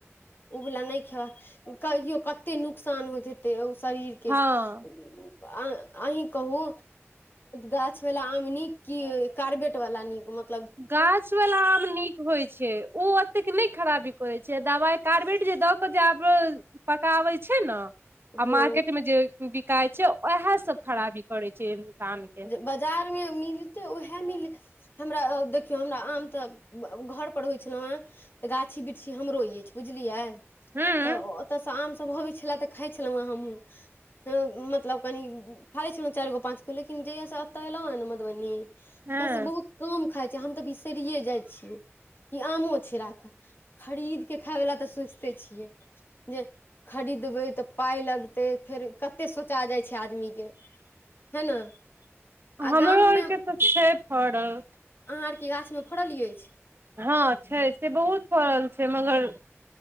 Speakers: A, on the left; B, on the right.
A: ओबला नइ खेबा कहियो कते नुकसान होइत छैे शरीर के
B: हँ
A: अहीं कहू गाछ वला आम नीक की कार्बेट वाला निक मत
B: गाछ वला आम नीक होइ छै ओ ओतेक नइ खराबी करै छै दबाई कार्बेट जे द के जे आब पकाबइ छै ने आ
A: हँ
B: मार्केट में जे बिकाइत छै उएहसभ खराबी करैत छै इन्सानके
A: बजार में मिलते उएहे मिल हमरा देखियौ हमरा आम तऽ घर पर होइ छलौ हय तऽ गाछी बिरक्षी हमरो अइछ बुझलियै
B: हूं
A: तऽ ओतऽसँ आम सब होबै छलै तऽ खाइ छलहुँँ हमूँ मतलब कनि खा लइ छलहुँ चारिगो पाँचगो लेकिन जहिय से एतऽ अलँ हँ मधुबनी
B: हँ
A: तऽ से बहुत काम खाइ छै हम तऽ बिसरिे जाइ छियै इ आमो छै राखल खरीदके खायवला तऽ सोचिते छियै जे खरीदबइ त ऽ पाइ लगतै फेर कतेक सोचा जाइत छै आदमी के है ने आ
B: हमरो
A: गाम
B: आर
A: मे
B: के तऽ छइ फड़ल
A: अहाँ आरके गाछ में फड़ल अछि
B: हँ छइ से बहुत फड़ल छै मगर